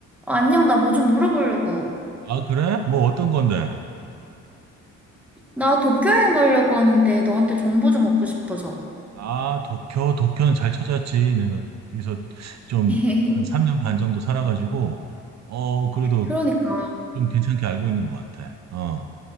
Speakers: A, in the centre; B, on the right (about 60°).
A: 어, 안녕, 나 뭐 좀 물어보려고.
B: 아, 그래? 뭐 어떤 건데?
A: 나 도쿄여행 가려고 하는데 너한테 정보 좀 얻고 싶어서.
B: 아, 도쿄, 도쿄는 잘 찾았지. 내가 거기서 좀
A: <laughs>
B: 한 3년 반 정도 살아가지고, 어, 그래도
A: 그러니까.
B: 좀 괜찮게 알고 있는 것 같아. 어,